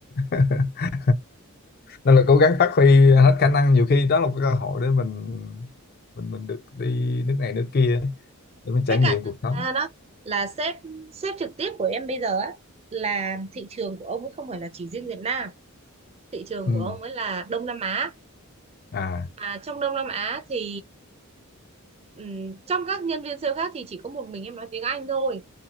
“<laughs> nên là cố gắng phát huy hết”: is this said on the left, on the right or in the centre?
Left